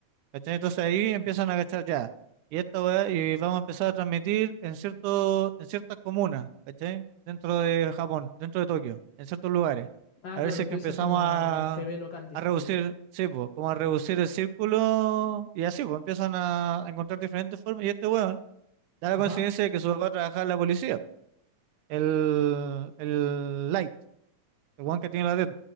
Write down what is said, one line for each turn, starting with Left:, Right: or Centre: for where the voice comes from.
Right: ¿Cachai? Entonces ahí empiezan a cachar ya. Y esta weá, y vamos a empezar a transmitir en cierto, en ciertas comunas, ¿cachai? Dentro de Japón, dentro de Tokio, en ciertos lugares.
Left: Ah,
Right: A
Left: claro,
Right: ver si es
Left: tú
Right: que empezamos
Left: dices como
Right: a,
Left: T V local, dices
Right: a reducir,
Left: tú.
Right: sí, po, como a reducir el círculo, y así, pues empiezan a, a encontrar diferentes formas. Y este weón da la
Left: Ajá.
Right: coincidencia de que su papá trabajaba en la policía, el, el Light, el weón que tiene la dead